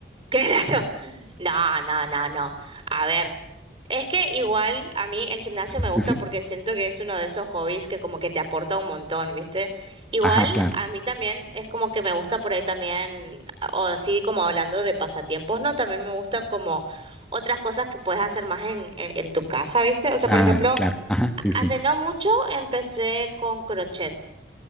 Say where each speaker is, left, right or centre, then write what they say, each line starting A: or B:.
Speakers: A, on the right (about 30°); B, in the centre.
A: Claro. No, no, no, no. A ver, es que igual a mí el gimnasio me gusta
B: Sí, sí.
A: porque siento que es uno de esos hobbies que como que te aporta un montón, ¿viste? Igual
B: Ajá, claro,
A: a mí también es como que me gusta por ahí también, o así como hablando de pasatiempos, ¿no? También me gusta como otras cosas que puedes hacer más en, en, en tu casa, ¿viste? O sea,
B: claro,
A: por ejemplo,
B: claro. Ajá, sí, sí.
A: hace no mucho empecé con crochet.